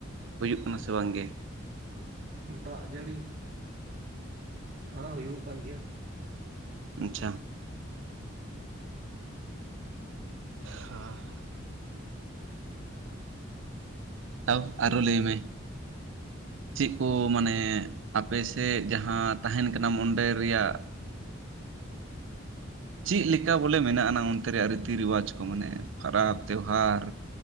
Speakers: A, on the right; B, on the right.
A: ᱦᱩᱭᱩᱜ ᱠᱟᱱᱟ ᱥᱮ ᱵᱟᱝ ᱜᱮ?
B: ᱫᱟᱜ ᱡᱟᱹᱲᱤ, ᱦᱚᱸ ᱦᱩᱭᱩᱜ ᱠᱟᱱ ᱜᱮᱭᱟ᱾
A: ᱟᱪᱷᱟ᱾
B: ᱦᱮᱸᱻ
A: ᱦᱟᱻ ᱛᱟᱣ ᱟᱨᱚ ᱞᱟᱹᱭ ᱢᱮ᱾ ᱪᱮᱫ ᱠᱚ ᱢᱟᱱᱮ ᱟᱯᱮᱥᱮᱫ ᱡᱟᱦᱟᱸ ᱛᱟᱦᱮᱱ ᱠᱟᱱᱟᱢ ᱚᱸᱰᱮ ᱨᱮᱭᱟᱜ ᱪᱮᱫ ᱞᱮᱠᱟ ᱵᱚᱞᱮ ᱢᱮᱱᱟᱜ-ᱟᱱᱟ ᱚᱱᱛᱮ ᱨᱮᱭᱟᱜ ᱨᱤᱛᱤ ᱨᱮᱣᱟᱡᱽ ᱠᱚ ᱢᱟᱱᱮ ᱯᱟᱨᱟᱽ, ᱛᱣᱦᱟᱨ,